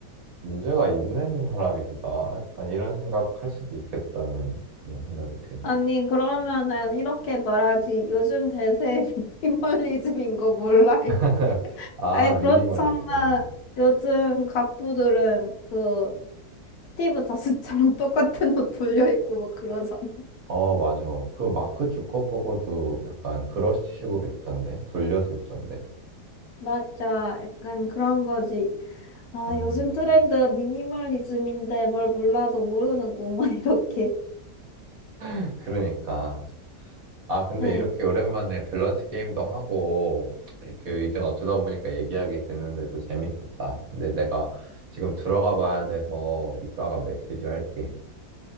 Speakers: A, on the right (about 60°); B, on the left (about 70°).
A: 문제가 있는 사람인가? 약간 이런 생각할 수도 있겠다는 그런 생각이 드네.
B: 아니, 그러면은 이렇게 말하지. 요즘 대세 <laughs> 미니멀리즘인 거 몰라, 이렇게.
A: <laughs> 아,
B: 아니,
A: 미니멀리즘.
B: 그렇잖아. 요즘 갑부들은 그 스티브 잡스처럼 <laughs> 똑같은 옷 돌려입고 뭐 그러잖아.
A: 어, 맞아. 그 마크 주커버거도 약간 그런 식으로 입던데. 돌려서 입던데.
B: 맞아. 약간 그런 거지. 아,
A: 음,
B: 요즘 트렌드 미니멀리즘인데 뭘 몰라도 모르는구먼, <laughs> 이렇게.
A: <laughs> 그러니까. 아, 근데
B: 응.
A: 이렇게 오랜만에 밸런스 게임도 하고, 이렇게 의견 어쩌다 보니까 얘기하게 됐는데도 재밌었다. 근데 내가 지금 들어가 봐야 돼서 이따가 메시지 할게.